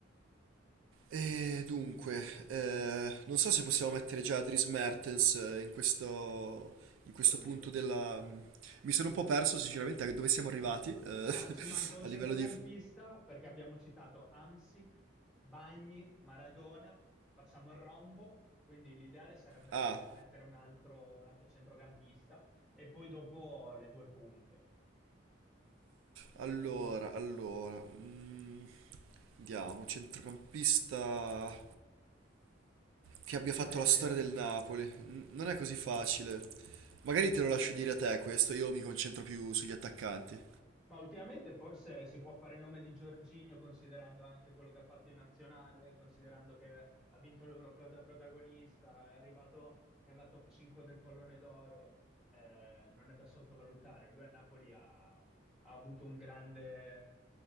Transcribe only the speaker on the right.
E dunque, eh, non so se possiamo mettere già Dries Mertens eh, in questo, in questo
punto della... mm, Mi sono un po' perso sinceramente a dove siamo arrivati eh,
<laughs>
a
livello di...
Ah,
Allora, allora, mm, vediamo, centrocampista che abbia
fatto
la
storia del Napoli. N- non è così facile. Magari te lo lascio dire a te questo, io mi concentro più sugli attaccanti.